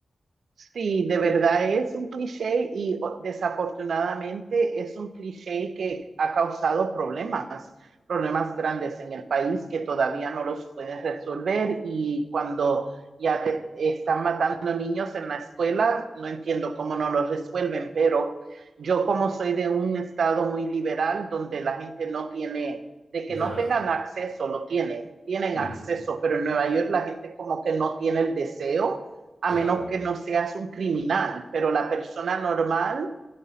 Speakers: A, on the right; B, on the left.
A: Sí, de verdad es un cliché y o- desafortunadamente es un cliché que ha causado problemas, problemas grandes en el país que todavía no los pueden resolver y cuando ya te están matando niños en la escuela, no entiendo cómo no los resuelven, pero yo como soy de un estado muy liberal donde la gente no tiene, de que
B: Ya.
A: no tengan acceso, lo tienen, tienen
B: Mm,
A: acceso, pero en Nueva York la gente como que no tiene el deseo a
B: claro,
A: menos que no seas un criminal, pero la persona normal,